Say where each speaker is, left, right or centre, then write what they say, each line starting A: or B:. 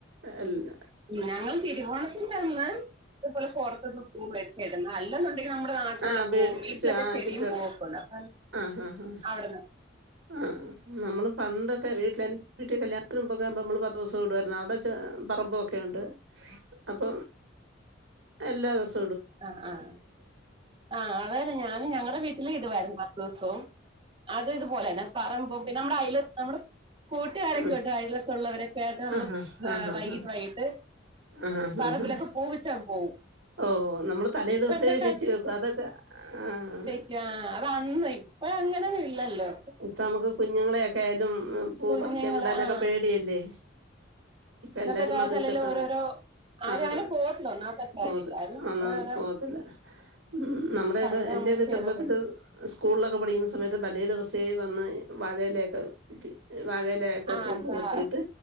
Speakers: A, on the right; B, on the right.
A: എല്ല
B: ഞങ്ങളും തിരുവോണത്തിന്റന്ന് ഇതുപോലെ പൊറത്തിന്ന് പൂ മേടിച്ചായിടുന്ന അല്ലെന്നുണ്ടെങ്കി നമ്മള നമ്മുടെ നാട്ടിലൊള്ള
A: ആഹ് വീ
B: പൂവും വീട്ടിലൊക്കെ
A: ആഹ്
B: ചെടിയും
A: ചുറ്റുവട്ട
B: പൂവൊക്കൊണ്ട് അപ്പ
A: ആഹ് ആഹ് ആഹ്
B: അവിട്ന്ന്
A: ആഹ് നമ്മള് പണ്ടൊക്കെ വീട്ടിൽ എന്റെ വീട്ടിൽ കല്യാത്തിന് മുമ്പൊക്കെ നമ്മൾ പത്ത് ദിവസൊം ഇടുവാരുന്നു അവടെ ചെ പറമ്പുവൊക്കെയൊണ്ട് അപ്പം എല്ലാ ദിവസൊ
B: ആഹ് ആഹ് ആഹ് അതേന്നെ ഞാനും ഞങ്ങടെ വീട്ട് ട്ടില് ഇടുവാരുന്നു പത്തൂസോം അത് ഇതുപോലെന്നെ പറമ്പും പിന്നമ്മടെ അയ്ല നമ്മുടെ കൂട്ടുകാരൊക്കൊണ്ട്
A: ആഹ്
B: അയ്ലതുള്ളവരൊക്കായിട്ട് നമ്മള്
A: ആഹ് ആഹ് ആഹ്
B: വൈകീട്ട് വൈകീട്ട്
A: ആഹ് ആഹ്
B: പറമ്പിലൊക്കെ
A: ആഹ് ആഹ്
B: പൂവിച്ചാൻ പോവും
A: ഓഹ് നമ്മള് തലേ
B: ഇപ്പോഴത്തെ
A: ദിവസേ പിച്ച് വെക്കും അതൊക്കെ ആഹ്
B: ആഹ് അതെന്ന് ഇപ്പ അങ്ങനെയന്നല്ലല്ലോ
A: ഇപ്പ നമുക്ക് കുഞ്ഞുങ്ങളെൊക്കെ ആയാലും പൂ
B: കുഞ്ഞുങ്ങള്
A: പറിക്കാൻ വിടാനൊക്കെ
B: ആ
A: പേടിയല്ലേ ഇപ്പ
B: ഇന്നത്തെ
A: എല്ലാരും
B: കാലത്ത്
A: മതിൽ
B: അല്ലേലും
A: കെട്ട
B: ഓരോരോ ആരും
A: ആഹ്
B: അങ്ങനെ പോവത്തില്ല ഒന്നാമത്തെ കാര്യം
A: പോത്
B: എല്ലാരും
A: ആ
B: ഓരോരോ
A: പോതലെ ഉം നമ്മുടെ
B: പണ്ട്
A: ഒക്കെ
B: നമ്മള്
A: എന്റെയൊക്കെ
B: ചെയ്ത
A: ചെറുപ്പത്തില്
B: പോലെ
A: സ്കൂളിലൊക്കെ പഠിക്കുന്ന സമയത്ത് തലേ ദിവസേ വന്ന് വാഴയിലൊക്കെ വാഴയിലെ
B: ആ
A: കൊമ്പ്
B: അതാ
A: കെട്ടിട്ട്